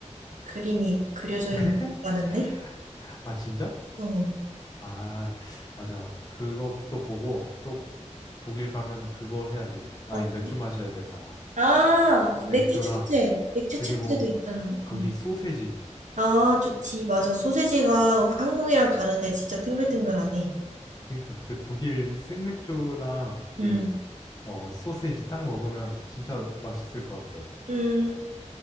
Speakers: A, on the right; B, on the left.
A: 그림이 그려져
B: <laughs>
A: 있다는데?
B: 아, 진짜?
A: 어.
B: 아, 맞아. 그것도 보고 또 독일 가면은 그거 해야지. 아니,
A: 어, 떤
B: 맥주 마셔야 되잖아.
A: 아, 맥주
B: 맥주랑
A: 축제. 맥주
B: 그리고
A: 축제도 있다는데.
B: 거기
A: 음.
B: 소세지.
A: 아, 좋지. 맞아. 소세지가 한국이랑 다르대. 진짜 탱글탱글하대.
B: 그러니까 그 독일 생맥주랑
A: 음.
B: 그 어, 소세지 딱 먹으면 진짜 맛있을 것 같아.
A: 음,